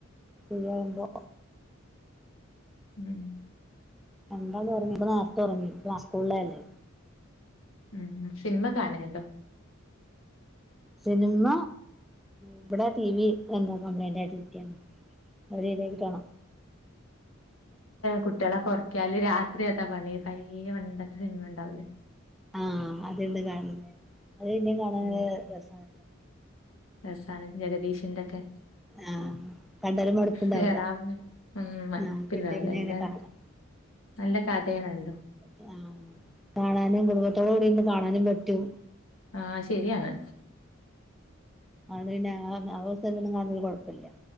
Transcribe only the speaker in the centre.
ശരിവുമ്പോ
രണ്ടാളും ഉറങ്ങി ഇപ്പ നേരത്തെ ഉറങ്ങി ഇപ്പ ആ സ്കൂളിലല്ലേ
സിനിമ ഇവിടെ ടി വി എന്താ കംപ്ലൈന്റ ആയിട്ട് ഇരിക്കണ് അ രീതിക്കി തോണണം
ആ അതകാണതേ അത് പിന്നും കാണാന
രസണല്ലോ
ആഹ് കണ്ടാലും മടുപ്പുണ്ടാവൂല
ആഹ് പിന്നെ പിന്നെ
അങ്ങനെ കാണാം
ആ കാണാനും കുടുംബത്തോട് കൂടിന്ന് കാണാനും പറ്റും
അ പിന്നെ അവസ്ഥൊന്നും കാണുന്ന ഒരു കുഴപ്പമില്ല